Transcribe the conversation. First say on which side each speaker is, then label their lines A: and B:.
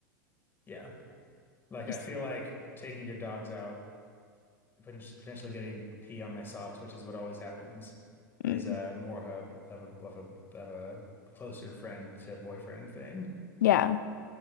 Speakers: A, on the left; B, on the left.
A: Yeah. Like I
B: Just
A: feel like taking your dogs out, poten- potentially getting pee on my socks, which is what always happens, is
B: mm,
A: a more of a of a of a of a closer friend to boyfriend thing.
B: yeah.